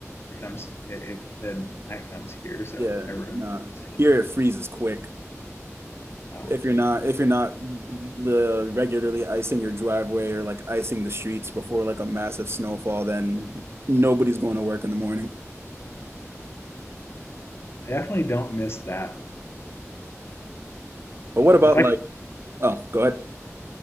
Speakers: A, on the left; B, on the right.
A: it comes. It, it the night comes here, so
B: Yeah,
A: it's never really
B: nah.
A: it's
B: Here it freezes quick.
A: Wow.
B: If you're not if you're not the regularly icing your driveway or like icing the streets before like a massive snowfall, then nobody's going to work in the morning.
A: I definitely don't miss that.
B: But what
A: Um,
B: about
A: if I,
B: like oh, go ahead.